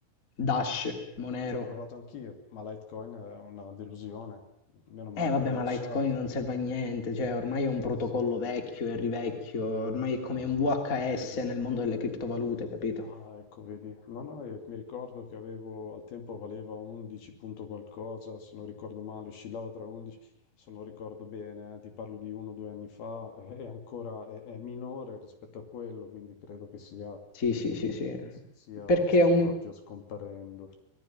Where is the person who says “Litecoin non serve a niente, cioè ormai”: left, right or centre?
Left